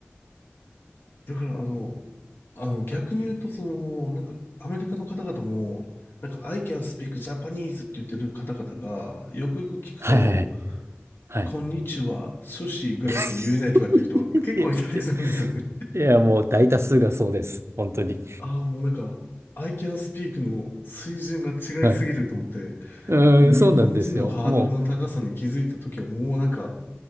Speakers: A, on the left (about 60°); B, on the right (about 80°).
A: だから、あの、あの、逆に言うと、その、なんか、アメリカの方々も、なんか、I can speak Japanese って言ってる方々が、よくよく聞くと、
B: はいはいはい。はい。
A: こんにちは、寿司ぐらいしか言えないとかっていう人結構いたりするんですよね。
B: <laughs> いや、いや、いやもう大多数がそうです。本当に。
A: ああ、もうなんか、I can speak の水準が違いすぎると思って、
B: はい。うーん、
A: 日本人のハードルの高さに気づいた時はもうなんか、
B: そうなんですよ。も